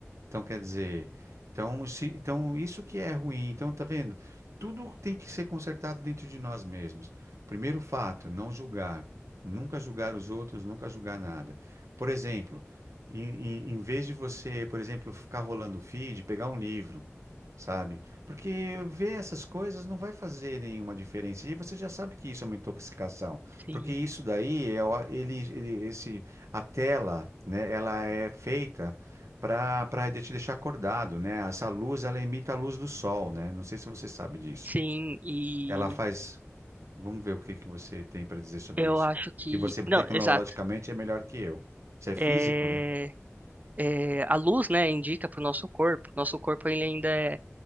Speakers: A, on the right; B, on the right.
A: Então, quer dizer, então, se, então isso que é ruim. Então, tá vendo? Tudo tem que ser consertado dentro de nós mesmos. Primeiro fato, não julgar. Nunca julgar os outros, nunca julgar nada. Por exemplo, em, em, em vez de você, por exemplo, ficar rolando o feed, pegar um livro, sabe? Porque ver essas coisas não vai fazer nenhuma diferença. E você já sabe que isso é uma intoxicação.
B: Sim.
A: Porque isso daí, é, o- ele, ele, esse, a tela, né, ela é feita para para te deixar acordado, né? Essa luz, ela imita a luz do sol, né? Não sei se você sabe disso.
B: Sim, e
A: Ela faz. Vamos ver o que que você tem para dizer sobre
B: eu
A: isso.
B: acho que.
A: Que você tecnologicamente
B: Não, exato.
A: é melhor que eu. Você é físico,
B: É,
A: né?
B: é, a luz, né, indica para o nosso corpo. Nosso corpo ele ainda é,